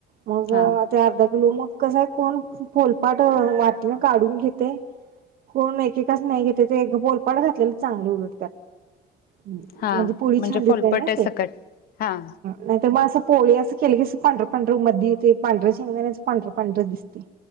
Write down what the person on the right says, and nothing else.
मग
ते अर्धा किलो मग कसंय कोण फोलपाट वाटीने काढून घेते कोण एकेकाच नाही घेते ते पोलपाड घातलेलं चांगले उलडतात म्हणजे
पोळी
छान दिसली
ना,
नाही तर मग अस पोळी अस केलं की पांढरा पांढर मध्ये ते पांढर शेंगदाणाचं पांढर पांढर दिसते